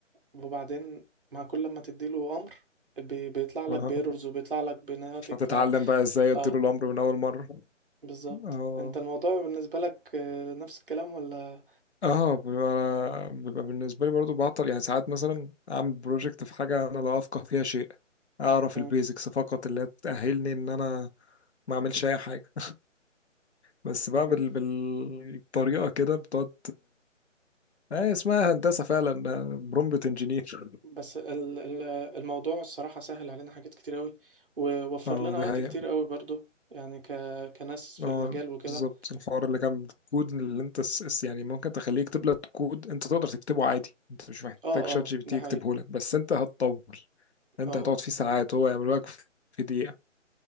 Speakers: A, on the right (about 45°); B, on the left (about 60°).
A: وبعدين مع كل لما تديله امر بي... بيطلع لك
B: اه
A: بيرورز وبيطلع لك بناتج
B: هتتعلم
A: ف
B: بقى ازاي ادير
A: اه
B: الامر من اول مره
A: بالظبط
B: اه
A: انت الموضوع بالنسبة لك آه، نفس الكلام ولا
B: اه بيبقى, أنا- بيبقى بالنسبه لي برضو بعطل يعني ساعات مثلا اعمل بروجكت في حاجه انا لا افقه فيها شيء اعرف
A: مم.
B: البيزكس فقط اللي تاهلني ان انا ما اعملش اي حاجه بس بقى
A: مم.
B: بال... بالطريقه كده بتقعد اه اسمها هندسه فعلا برومبت انجينير
A: بس ال- ال- الموضوع الصراحة سهل علينا حاجات كتير قوي ووفر
B: اه
A: لنا
B: دي
A: وقت
B: حقيقة
A: كتير قوي برضو يعني ك... كناس في
B: هو
A: المجال وكده
B: بالظبط الحوار اللي كان بالكود اللي انت س... س- يعني ممكن تخليه يكتب لك كود انت تقدر تكتبه عادي انت مش محتاج
A: اه
B: شات
A: اه
B: جي بي تي
A: ده
B: يكتبه
A: حقيقي
B: لك بس انت هتطول انت
A: اه
B: هتقعد فيه ساعات هو يعمله لك في في دقيقة